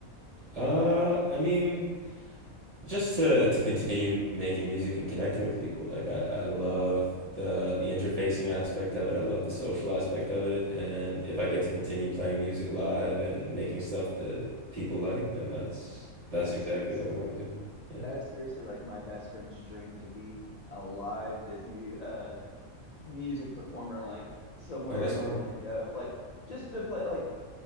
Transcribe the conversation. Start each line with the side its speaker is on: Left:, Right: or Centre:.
Right: Uh, I mean, just to to continue making music and connecting with people. Like I, I love
Left: It's awesome.
Right: the the interfacing aspect of it. I love the social aspect of it. And if I get to continue playing music live and making stuff that people like, then that's that's
Left: That's
Right: exactly
Left: seriously,
Right: what I want to do. Yeah.
Left: that is seriously like my best friend's dream to be a live Disney uh music performer, like somewhere
Right: Oh, that's
Left: in
Right: cool.
Left: Orlando, like just to play, like